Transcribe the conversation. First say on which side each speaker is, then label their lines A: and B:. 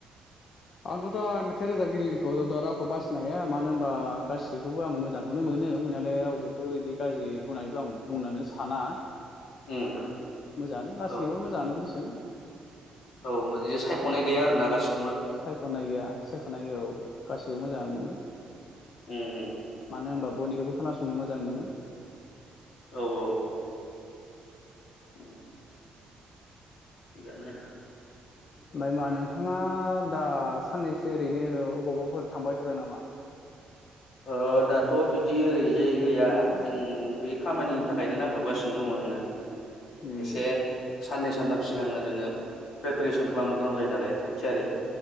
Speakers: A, on the left; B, on the left.
A: आंथ' दा मेथाइ रोजाबगिरिखौथ' दा रावखौ बासिनो हाया मानो होनबा गासैखौबो आं मोजांखौनो मोनो मोननायालाय रावखौथ' इदि गाज्रि बुंनानैबो आं बुंनोनो साना।
B: उम
A: मोजाङानो गासैनिबो
B: औ
A: मोजाङानो देसोन
B: औ बिदिनो सायख'नाय गैया आरो ना गासि
A: सायख'ना गैया सायख'नाय गैया औ। गासिबो मोजाङानो मोनो।
B: उम उम
A: मानो होनबा बयनिखौबो खोनासंनो मोजां मोनो।
B: औ औ उम थिगानो
A: ओमफाय मा नोंथाङा दा साननैसो ओरैनो अबावबाफोर थांबाय थादों नामा?
B: ओ दाथ' बिदि ओरैजाय गैया जों बे खामानिनि थाखायनो नांथाबगासिनो दङ जोङो।
A: उम
B: एसे साननै सानथाम सिगांनो जोङो प्रिपेरेसन खालामनो गोनां जायो नालाय थागथियारि